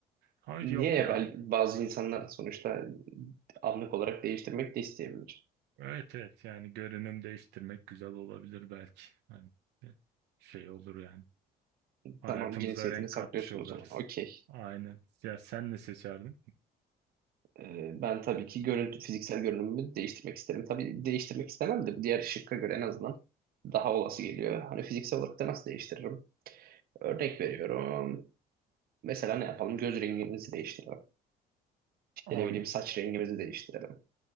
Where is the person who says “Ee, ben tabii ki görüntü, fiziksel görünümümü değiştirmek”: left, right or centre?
Right